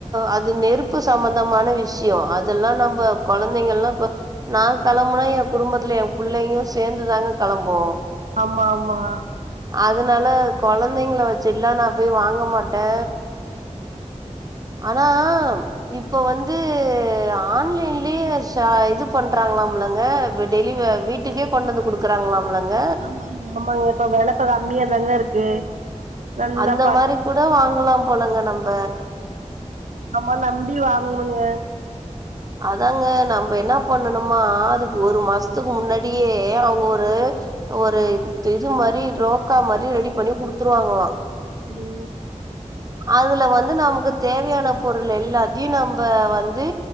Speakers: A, on the right; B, on the right.
A: அது நெருப்பு சம்மந்தமான விஷ்யோ அதெல்லா நம்ப கொழந்தைங்கள்லா இப்ப நா கெளம்புனா எ குடும்பத்துல எ புள்ளையு சேந்துதாங்க கெளம்பு
B: ஆமா ஆமா
A: அதுனால கொழந்தைங்கள வச்சிட்லா நா போய் வாங்க மாட்டே ஆனா இப்ப வந்து ஆன்லைன்லே ஷா இது பண்றாங்ளாம்லங்க இப்ப டெய்லி
B: ஆமாங்க
A: வ வீட்டுக்கே கொண்டு வந்து குடுக்குறாங்களாம்லங்க
B: ஆமாங்க இப்ப வெளக்க கம்மியா தாங்க இருக்கு நல்லா
A: அந்த
B: பாத்
A: மாரி கூட வாங்கலா போலங்க நம்ப
B: ஆமா நம்பி வாங்கணுங்க
A: அதாங்க நம்ப என்ன பண்ணணுமா அதுக்கு ஒரு மாசத்துக்கு முன்னாடியே அவங்க ஒரு ஒரு இது மாரி ரோக்கா மாரி ரெடி பண்ணி குடுத்துருவாங்களா
B: சரி
A: அதுல வந்து நமக்கு தேவையான பொருள் எல்லாத்தையு நம்ப வந்து